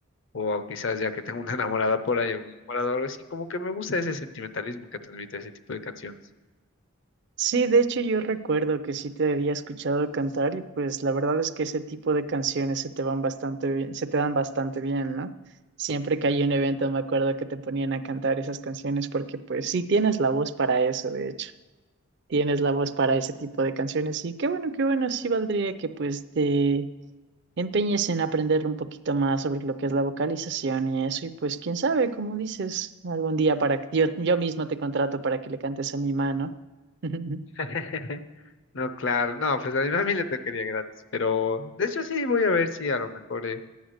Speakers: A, on the left (about 60°); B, on the right (about 50°).
A: o quizás ya que tengo una enamorada por ahí, un enamorado, o algo así, como que me gusta ese sentimentalismo que transmite ese tipo de canciones.
B: Sí, de hecho yo recuerdo que sí te había escuchado cantar y pues la verdad es que ese tipo de canciones se te van bastante bien, se te dan bastante bien, ¿no? Siempre que hay un evento me acuerdo que te ponían a cantar esas canciones porque pues sí tienes la voz para eso, de hecho. Tienes la voz para ese tipo de canciones y qué bueno, qué bueno, sí valdría que pues te empeñes en aprender un poquito más sobre lo que es la vocalización y eso y pues quién sabe, como dices, algún día para que yo, yo mismo te contrato para que le cantes a mi mano. <laughs>
A: <laughs> No, claro, no, pues a mi mami le tocaría gratis, pero de hecho sí voy a ver si a lo mejor eh,